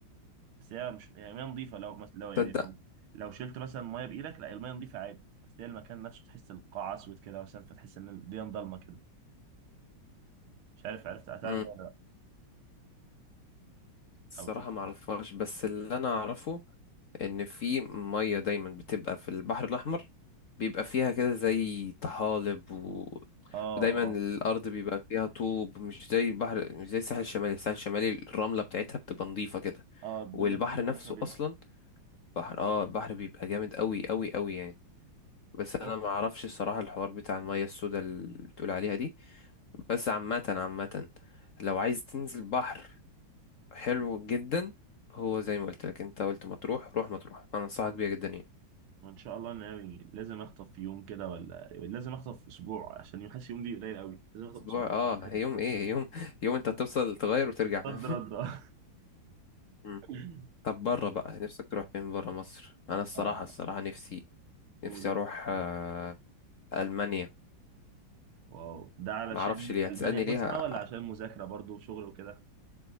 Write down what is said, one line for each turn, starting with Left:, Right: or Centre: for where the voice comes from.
Right: بس هي مش يعني ميه نظيفه لو مثلا لو يعني
Left: تصدق
Right: لو لو شلت مثلا ميه بايدك لا الميه نظيفه عادي بس هي المكان نفسه تحس القاع اسود كده مثلا فتحس ان الدنيا ضلمه كده مش عارف عرفت هتعرف
Left: مم.
Right: ده ولا لا
Left: الصراحة
Right: او شفت
Left: ما اعرفهاش بس اللي انا اعرفه ان في ميه دايما بتبقى في البحر الاحمر بيبقى فيها كده زي طحالب و...
Right: اه
Left: ودايما
Right: اه
Left: الارض بيبقى فيها طوب مش زي البحر مش زي الساحل الشمالي الساحل الشمالي الرمله بتاعتها بتبقى نظيفه كده
Right: اه بيقول
Left: والبحر
Right: لك دي من
Left: نفسه
Right: الوقت بيض
Left: اصلا بحر اه البحر بيبقى جامد قوي قوي قوي يعني بس انا
Right: اه
Left: ما اعرفش الصراحه الحوار بتاع الميه السوداء اللي بتقول عليها دي بس عامه عامه لو عايز تنزل بحر حلو جدا هو زي ما قلت لك انت قلت مطروح روح مطروح انا انصحك بيها جدا يعني
Right: وان شاء الله ناوي لازم اخطف في يوم كده ولا يعني لازم اخطف في اسبوع عشان يوم حاسس يوم دي قليل قوي لازم اخطف
Left: اسبوع
Right: في اسبوع
Left: اه
Right: بحب
Left: يوم ايه يوم يوم انت هتوصل تغير وترجع
Right: صد
Left: فاهم
Right: رد اه
Left: مم.
Right: <laughs>
Left: طب بره بقى نفسك تروح فين بره مصر انا الصراحه
Right: آه،
Left: الصراحه نفسي نفسي
Right: اول نفسي
Left: اروح آه، المانيا
Right: واو ده علشان
Left: ما اعرفش ليه هتسالني
Right: المانيا
Left: ليه
Right: فسحه
Left: ه-
Right: ولا عشان مذاكره برضو وشغل وكده